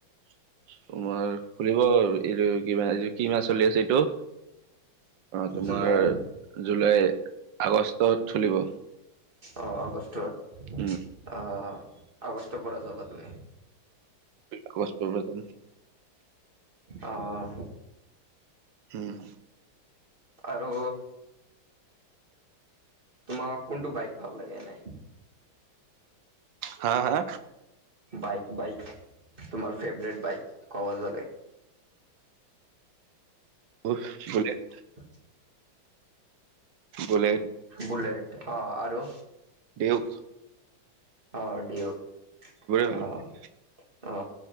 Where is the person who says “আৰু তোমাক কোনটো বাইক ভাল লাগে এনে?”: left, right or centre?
Right